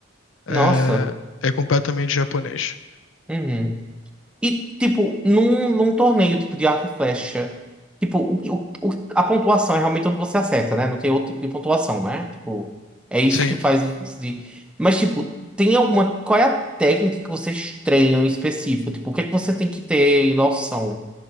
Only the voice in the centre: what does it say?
Nossa.
Uhum. E, tipo, num, num torneio tipo de arco e flecha, tipo, o, que- o, o- a pontuação é realmente onde você acerta, né? Não tem outro tipo de pontuação, né? Tipo, é isso
que faz o de... Mas, tipo, tem alguma. Qual é a técnica que vocês treinam em específico? Tipo, o que é que você tem que ter em noção